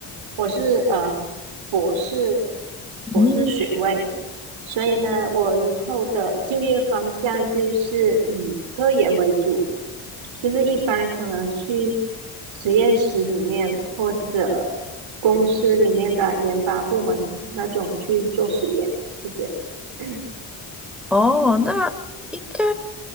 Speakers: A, on the right; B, in the centre.
A: 我是呃博士博士学位，
B: 嗯，
A: 所以呢，我以后的就业方向就是以科研为主，就是一般可能去实验室里面或者公司里面的研发部门那种去做实验这些。<clears throat>
B: 哦，那应该。